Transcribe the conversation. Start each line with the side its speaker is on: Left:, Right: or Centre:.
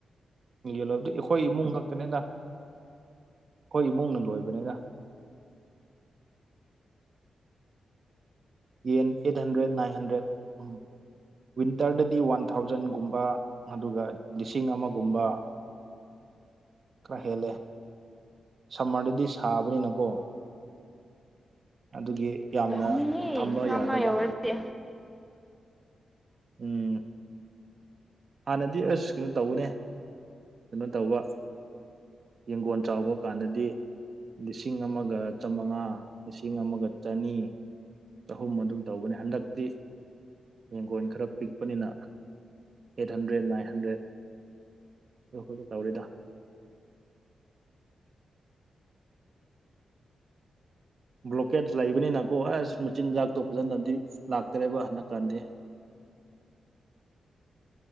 Right: ꯌꯦꯜ ꯂꯣꯏꯕꯗꯤ ꯑꯩꯈꯣꯏ ꯏꯃꯨꯡ ꯈꯛꯇꯅꯤꯗ ꯑꯩꯈꯣꯏ ꯏꯃꯨꯡꯅ ꯂꯣꯏꯕꯅꯤꯗ ꯌꯦꯟ ꯑꯩꯠ ꯍꯟꯗ꯭ꯔꯦꯠ ꯅꯥꯏꯟ ꯍꯟꯗ꯭ꯔꯦꯠ ꯎꯝ ꯋꯤꯟꯇꯔꯗꯗꯤ ꯋꯥꯟ ꯊꯥꯎꯖꯟꯒꯨꯝꯕ ꯑꯗꯨꯒ ꯂꯤꯁꯤꯡ ꯑꯃꯒꯨꯝꯕ ꯈꯔ ꯍꯦꯜꯂꯦ ꯁꯝꯃꯔꯗꯗꯤ ꯁꯥꯕꯅꯤꯅꯀꯣ ꯑꯗꯨꯒꯤ ꯌꯥꯝꯅ
Centre: ꯌꯥꯃꯤ
Right: ꯊꯝꯕ
Centre: ꯏ ꯉꯃ
Right: ꯌꯥꯗꯕ
Centre: ꯌꯔꯗꯤ
Right: ꯎꯝ ꯍꯥꯟꯅꯗꯤ ꯑꯁ ꯀꯩꯅꯣ ꯇꯧꯕꯅꯦ ꯀꯩꯅꯣ ꯇꯧꯕ ꯌꯦꯡꯒꯣꯟ ꯆꯥꯎꯕ ꯀꯥꯟꯗꯗꯤ ꯂꯤꯁꯤꯡ ꯑꯃꯒ ꯆꯃꯉꯥ ꯂꯤꯁꯤꯡ ꯑꯃꯒ ꯆꯅꯤ ꯆꯍꯨꯝ ꯑꯗꯨꯝ ꯇꯧꯕꯅꯤ ꯍꯟꯗꯛꯇꯤ ꯌꯦꯡꯒꯣꯟ ꯈꯔ ꯄꯤꯛꯄꯅꯤꯅ ꯑꯩꯠ ꯍꯟꯗ꯭ꯔꯦꯠ ꯅꯥꯏꯟ ꯍꯟꯗ꯭ꯔꯦꯠ ꯑ ꯑꯩꯈꯣꯏꯣ ꯇꯧꯔꯤꯗ ꯕ꯭ꯂꯣꯀꯦꯠ ꯂꯩꯕꯅꯤꯅꯀꯣ ꯑꯁ ꯃꯆꯤꯟꯖꯥꯛꯇꯣ ꯐꯖꯟꯅꯗꯤ ꯂꯥꯛꯇꯔꯦꯕ ꯍꯟꯗꯛꯀꯥꯟꯗꯤ